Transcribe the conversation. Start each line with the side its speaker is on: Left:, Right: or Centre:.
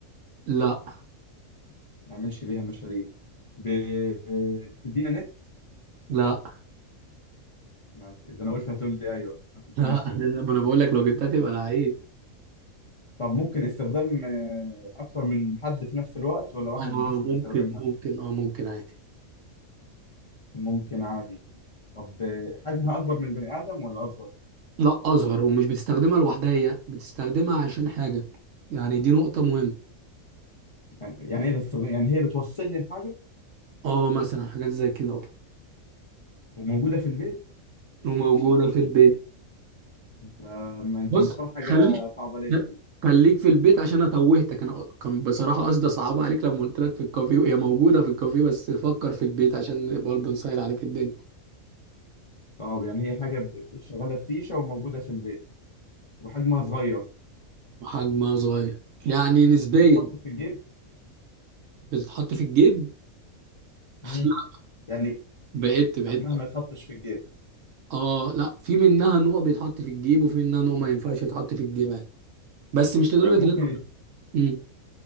Right: لا
Left: ما نعملش بيها مشاريب ب... بتدينا نت
Right: لا
Left: ما ت- ده انا قلت هتقول لي ايوه ما تديناش
Right: لا
Left: نت
Right: لا، ما انا بقول لك لو جبتها تبقى لعيب
Left: طب ممكن استخدام آه، اكتر من حد في نفس الوقت ولا واحد
Right: اه
Left: بس اللي
Right: ممكن
Left: بيستخدمها
Right: ممكن اه ممكن عادي
Left: ممكن عادي طب حجمها اكبر من البني ادم ولا اصغر
Right: لا اصغر ومش بتستخدمها لوحدها هي بتستخدمها عشان حاجه يعني دي نقطه مهمه
Left: يعني يعني ايه بس يعني هي بتوصل لي الحاجه
Right: اه مثلا حاجات زي كده اه
Left: وموجوده في البيت
Right: وموجوده
Left: فيشه
Right: في البيت
Left: انت ما انت
Right: بص
Left: مختار حاجه
Right: خليك
Left: صعبه ليه كده
Right: خليك في البيت عشان انا توهتك انا كان بصراحه قصدي صعبه عليك لما قلت لك في الكافيه هي موجوده في الكافيه بس فكر في البيت عشان برضه نسهل عليك الدنيا
Left: طب يعني هي حاجه ب- شغاله بفيشه وموجوده في البيت وحجمها صغير
Right: وحجمها صغير يعني نسبيا
Left: يتحط في الجيب
Right: بتتحط في الجيب <laughs>
Left: امم يعني
Right: بعدت بعدت
Left: حجمها ما يتحطش في الجيب
Right: اه لا في منها نوع بيتحط في الجيب وفي منها نوع ما ينفعش يتحط في الجيب عادي بس مش لدرجه
Left: ممكن
Right: اللي امم